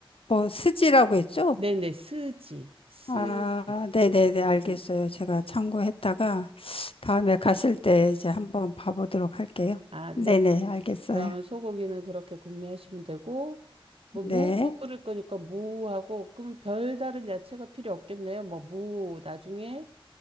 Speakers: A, on the left (about 80°); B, on the right (about 85°).
A: 뭐 스지라고 했죠?
B: 네네, 스지, 스지.
A: 아, 네네네, 알겠어요.
B: 음.
A: 제가 참고했다가 다음에 갔을 때 이제 한번 봐보도록 할게요.
B: 아, 네.
A: 네네, 알겠어요.
B: 그러면 소고기는 그렇게 구매하시면 되고, 뭐,
A: 네.
B: 무국 끓일 거니까 무하고, 그럼 별다른 야채가 필요 없겠네요. 뭐, 무, 나중에,